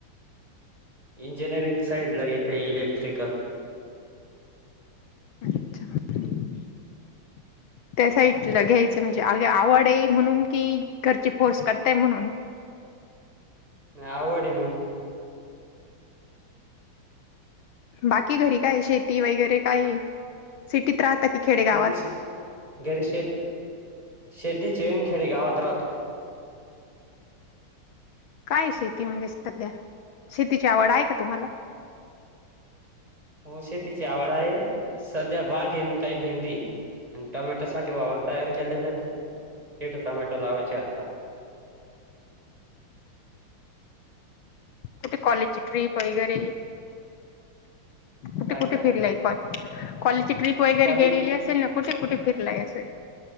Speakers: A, on the right; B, on the left.
A: इंजिनिअरिंग साईड ला घेत इलेक्ट्रिकल <inaudible>
B: अच्छा <inaudible> त्या साईडला घ्यायचं म्हणजे अगी आवडए म्हणून कि घरचे फोर्स करताय म्हणून
A: नइ आवडए म्हणून
B: बाकी घरी कायए शेती वगैरे कायए सिटीत राहता की खेडेगावात
A: घरी शे घरी शेत शेती चेन खेडे गावात राहतो
B: काय शेती म्हणजे सध्या, शेतीची आए का का तुमाला?
A: हो शेतीची आवड आए सद्या बागी येन काइ भेंडी आण टोमॅटो साटी वावर तयार केलेलाए तिट टमॅटो लावायचे आता
B: कुटे कॉलेची ट्रीप वैगर कुटे
A: काय
B: कुटे
A: काय
B: फिरलाय कॉलेज कॉलेची ट्रिप वगैरे
A: कॉलेजची
B: गेलेली असेल ना कुटे कुटे फिरलाय असे